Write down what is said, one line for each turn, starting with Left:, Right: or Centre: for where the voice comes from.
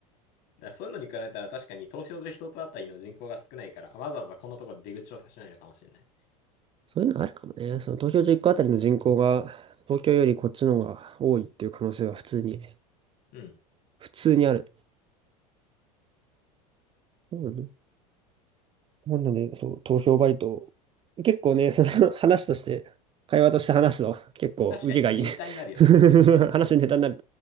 Left: らそういうのに比べたら確かに投票所1つあたりの人口が少ないから、わざわざこんなところで出口をさせないのかもしれない。
Right: そういうのあるかもね。その東京1個あたりの人口が、東京よりこっちの方が多いっていう可能性は普通に、
Left: うん。
Right: 普通にある。そうだね。なんだね、そう、投票バイト。結構ね、その <laughs> 話として、会話として話すの、結構受けがいいね。
Left: 確かにね、年単になるよね。
Right: <laughs>
Left: え、そ
Right: 話のネタになる